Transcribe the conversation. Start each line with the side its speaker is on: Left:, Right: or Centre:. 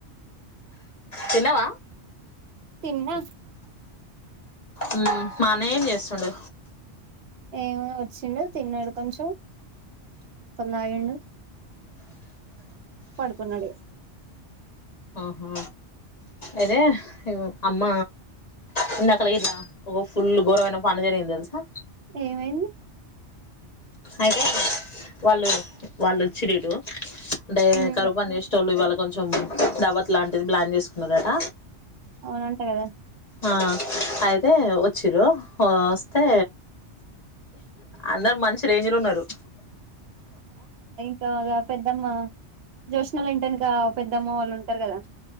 Left: తిన్నవా
Right: తిన్నా
Left: ఆ మాన్నయ్యేం జేస్తుండు
Right: ఏమ వచ్చిండు తిన్నాడు కొంచెం తాగిండు పడుకున్నడు
Left: ఆహా ఇదే ఇగో అమ్మ నిన్నట్లా పోయిర్రా ఒ ఫుల్ ఘోరమైన పని జరిగింది తెలుసా
Right: ఏమైంది
Left: అయితే వాళ్ళు వాల్లొచ్చిచ్చి రిరు అంటే
Right: ఉమ్
Left: కరువుపని జేసేటోళ్ళు ఇవాళ కొంచెం దావత్ లాంటిది ప్లాన్ జేసుకున్నరట
Right: అవునంట గదా
Left: ఆ అయితే వచ్చిర్రు వస్తే అందరు మంచి రేంజ్ లో ఉన్నారు
Right: ఇంకాగా పెద్దమ్మ జ్యోస్నల్ల ఇంటెనక పెద్దమ్మ వాళ్ళు ఉంటారు కదా